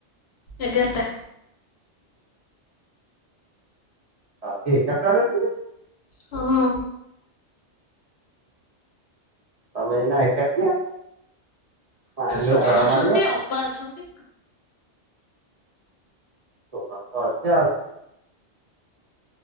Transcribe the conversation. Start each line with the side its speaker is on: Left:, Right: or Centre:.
Left: ଏଗାରଟା।
Right: ରାତି ଏଗାର ଟା ରେ
Left: ହଁ।
Right: ତମେ ଏନା ଏକାଟିଆ ମା ଲୋ
Left: କଣ
Right: ଡର
Left: ଅଛନ୍ତି
Right: ମାଡିବନି?
Left: ଅପା ଅଛନ୍ତି।
Right: ତ ହମ ତ ଅଛେ ଆଉ